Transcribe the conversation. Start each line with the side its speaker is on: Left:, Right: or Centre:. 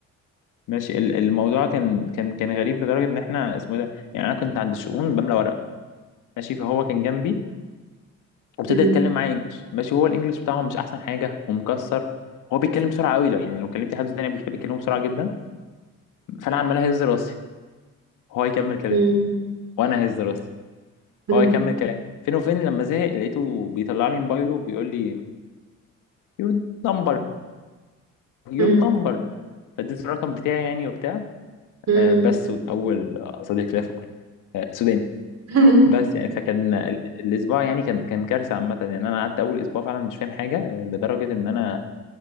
Left: ماشي ال- الموضوع كان كان كان غريب لدرجة إن إحنا اسمه إيه ده يعني أنا كنت عند الشؤون بملى ورق ماشي فهو كان جنبي وابتدى
Right: مم.
Left: يتكلم معايا إنجلش ماشي هو الإنجلش بتاعه مش أحسن حاجة ومكسر هو بيتكلم بسرعة قوي لو يعني لو كلمت حد سوداني قبل كده بيتكلموا بسرعة جدا فأنا عمال أهز راسي هو يكمل كلام
Right: مم.
Left: وأنا أهز راسي
Right: مم.
Left: هو يكمل كلام فين وفين لما زهق لقيته بيطلع لي موبايله وبيقول لي your number يور
Right: مم.
Left: نمبر فاديته الرقم بتاعي يعني وبتاع
Right: مم.
Left: آه، بس اول صديق ليا في الكليه آه، سوداني
Right: <laughs>
Left: بس يعني فكان ال- الاسبوع يعني كان كان كارثه عامه يعني انا قعدت اول اسبوع فعلا مش فاهم حاجه آه، لدرجه ان انا